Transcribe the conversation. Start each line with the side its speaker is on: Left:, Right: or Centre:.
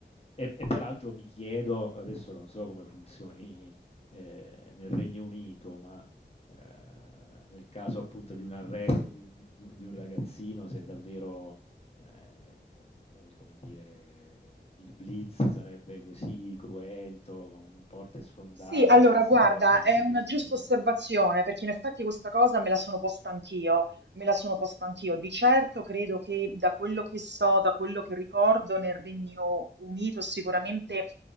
Left: e e peraltro mi chiedo, adesso non so come funzioni eh, nel Regno Unito, ma Ehm, nel caso appunto di un arresto di u di di un di un ragazzino, se davvero, ehm, come dire, il blitz sarebbe così cruento, con porte sfondate,
Right: Sì, allora
Left: questi
Right: guarda,
Left: che entrano
Right: è
Left: e perquisiscono
Right: una giusta
Left: tutto.
Right: osservazione perché in effetti questa cosa me la sono posta anch'io, me la sono posta anch'io. Di certo credo che da quello che so, da quello che ricordo nel Regno Unito sicuramente,